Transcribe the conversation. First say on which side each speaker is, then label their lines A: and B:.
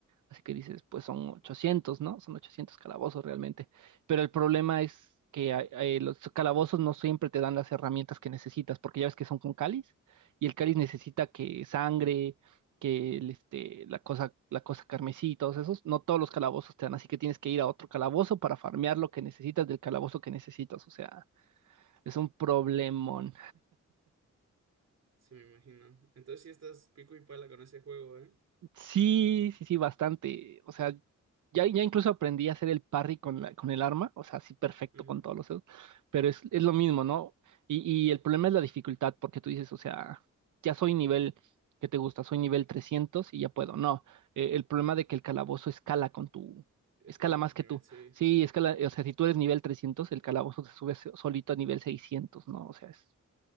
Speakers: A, on the right; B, on the right.
A: Así que dices, pues son 800, ¿no? Son 800 calabozos realmente. Pero el problema es que a- eh, los calabozos no siempre te dan las herramientas que necesitas, porque ya ves que son con cáliz, y el cáliz necesita que sangre, que el, este, la cosa, la cosa carmesí y todos esos. No todos los calabozos te dan, así que tienes que ir a otro calabozo para farmear lo que necesitas del calabozo que necesitas. O sea, es un problema,
B: Sí, me imagino. Entonces sí estás pico y pala con ese juego, ¿eh?
A: Sí, sí, sí, bastante. O sea, ya, ya incluso aprendí a hacer el parry con la, con el arma, o sea, sí, perfecto
B: Ujú.
A: con todos los dedos, pero es, es lo mismo, ¿no? Y, y el problema es la dificultad, porque tú dices, o sea, ya soy nivel, que te gusta? Soy nivel 300 y ya puedo. No, eh, el problema de que el calabozo escala con tu,
B: Es
A: escala
B: cada contra
A: más que
B: nivel,
A: tú.
B: sí.
A: Sí, escala, o sea, si tú eres nivel 300, el calabozo te sube so- solito a nivel 600, ¿no? O sea, es